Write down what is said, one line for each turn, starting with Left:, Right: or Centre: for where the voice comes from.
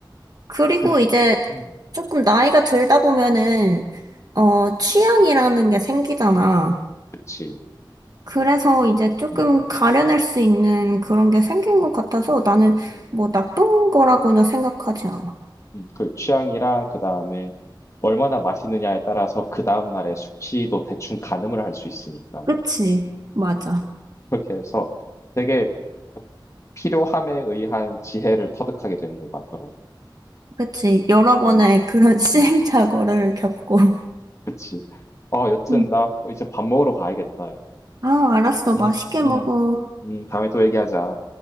Right: 그리고
Left: 즉,
Right: 이제
Left: 음,
Right: 조금 나이가 들다 보면은,
Left: 음,
Right: 어, 취향이라는 게 생기잖아.
Left: 그치
Right: 그래서 이제 조금
Left: 음,
Right: 가려낼 수 있는 그런 게 생긴 것 같아서 나는
Left: 음,
Right: 뭐 나쁜 거라고는 생각하지 않아.
Left: 음, 그 취향이랑 그 다음에 얼마나 마시느냐에 따라서 그 다음날의 숙취도 대충 가늠을 할 수 있으니까는
Right: 그치, 맞아.
Left: 그렇게 해서 되게 필요함에 의한 지혜를 터득하게 되는 것 같더라고.
Right: 그치, 여러 번의
Left: 음,
Right: 그런 <laughs> 시행착오를
Left: 음,
Right: 겪고.
Left: 그치. 어, 여튼
Right: 음.
Left: 나 이제 밥 먹으러 가야겠다. 야.
Right: 아, 알았어.
Left: 음,
Right: 맛있게
Left: 음,
Right: 먹어.
Left: 음, 다음에 또 얘기하자.